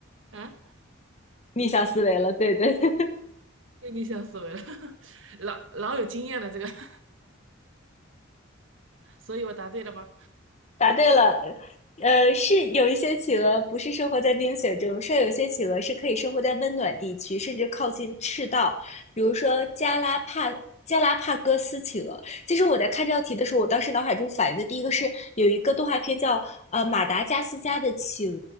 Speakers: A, on the right; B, on the left.
A: 啊，
B: 逆向思维了，对对，<laughs>
A: 被逆向思维了，<laughs> 老老有经验了这个，<laughs> 所以我答对了吧？
B: 答对了，呃，是有一些企鹅不是生活在冰雪中，是有一些企鹅是可以生活在温暖地区，甚至靠近赤道，比如说加拉帕加拉帕戈斯企鹅。其实我在看这道题的时候，我当时脑海中反应的第一个是有一个动画片叫呃《马达加斯加的企鹅》，